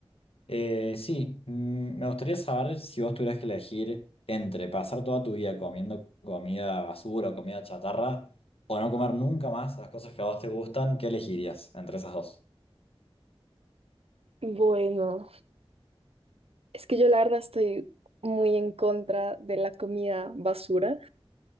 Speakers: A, on the left; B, on the right.
A: Eh, sí, mm, me gustaría saber si vos tuvieras que elegir entre pasar toda tu vida comiendo comida basura o comida chatarra o no comer nunca más las cosas que a vos te gustan, ¿qué elegirías entre esas dos?
B: Bueno. Es que yo la verdad estoy muy en contra de la comida basura,